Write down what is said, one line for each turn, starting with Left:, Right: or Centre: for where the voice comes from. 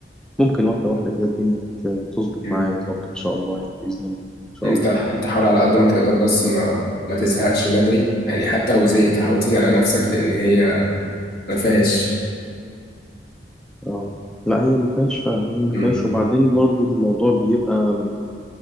Centre: ممكن واحدة واحدة كده الدنيا ت- تظبط
Left: مم.
Centre: معايا يا رب إن شاء الله يعني بإذن الله إن شاء
Left: انت
Centre: الله
Left: انت حاول على قد ما تقدر بس ما ما تزهقش بدري يعني حتى لو زهقت حاول تيجي على نفسك لأن هي ما فيهاش
Centre: أه لا هي ما فيهاش فعلا هي ما
Left: مم.
Centre: فيهاش وبعدين برضو الموضوع بيبقى